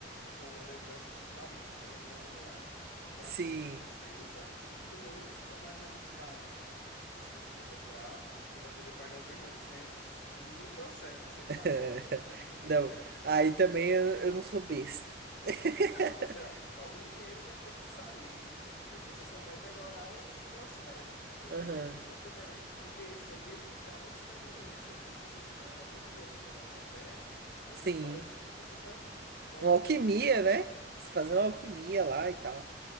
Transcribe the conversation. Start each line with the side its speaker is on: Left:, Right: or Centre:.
Left: com lembranças de Paris, né? Então, vamos lá. Então,
Right: sim.
Left: a prensa é francesa, e tem outros que são mais rebuscados, que, que se você for procurar, você vai poder pagar o mesmo 800 no processo, sem
Right: <laughs>
Left: pagar o 800 no
Right: Não.
Left: café.
Right: Aí também eu, eu não sou besta. <laughs>
Left: Não, você, ó, ó, o dinheiro vai ter que sair. E Você só vai melhorar os processos, os procedimentos
Right: Aham.
Left: para ter melhor. Porque esse aí ele te dá uma experiência. Quando você chama a pessoa para tomar um café, você
Right: Sim.
Left: parece que você está praticamente
Right: Uma alquimia, né? Você fazendo alquimia lá e tal.